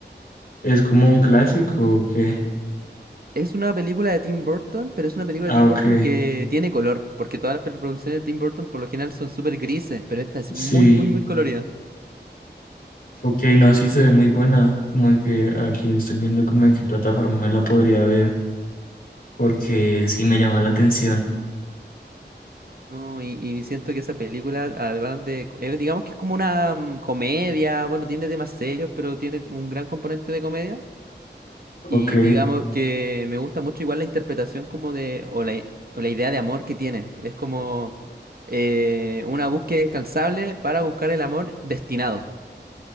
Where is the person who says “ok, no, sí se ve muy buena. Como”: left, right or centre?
Left